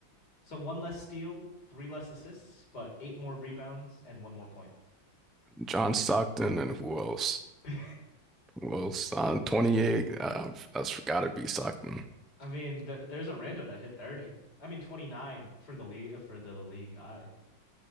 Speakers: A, on the left; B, in the centre.
A: So one less steal, three less assists, but eight more rebounds and one more point.
B: John Stockton and who else?
A: <laughs> I
B: Well, Son 28, uh, that's gotta be Stockton.
A: mean, th there's a rando that hit 30. I mean, 29 for the league for the league high.